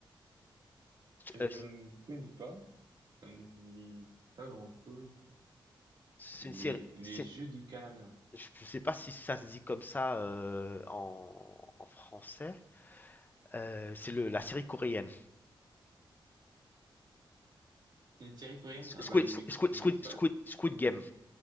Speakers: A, on the right; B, on the left.
A: Je ne
B: euh,
A: connais pas, ça me dit pas grand-chose.
B: c'est
A: Les,
B: une série.
A: les
B: c'est-
A: jeux du calamar.
B: Je ne sais pas si ça se dit comme ça euh, en, en français. Euh, c'est le la série coréenne.
A: C'est une série coréenne?
B: Squid,
A: Ah bah, je m'y connais
B: Squid, Squid,
A: pas.
B: Squid, Squid Game.